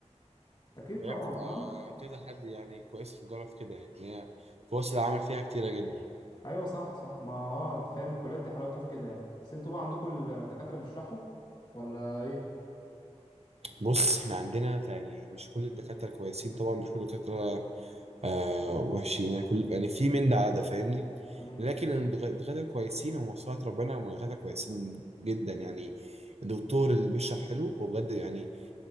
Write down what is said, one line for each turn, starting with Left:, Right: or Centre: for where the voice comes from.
Left: اكيد
Right: فهي
Left: طبعا
Right: بتبقى
Left: ما
Right: كذا حد يعني كويس في التجاره في كده يعني إن هي فرص العمل فيها كتيره جدا
Left: ايوه صح صح ما اه انت فاهم الكليات دي حلاوتها في كده يعني بس انتوا بقى عندكم الدكاتره بيشرحوا ولا ايه
Right: بص احنا عندنا يعني مش كل الدكاترة كويسين طبعا مش كل الدكاترة آه وحشين يعني كل يعني في من ده على ده فاهمني
Left: امم
Right: لكن الدك- الدكاترة كويسين ومصلحة ربنا هم دكاترة كويسين جدا يعني الدكتور اللي بيشرح حلو هو بجد يعني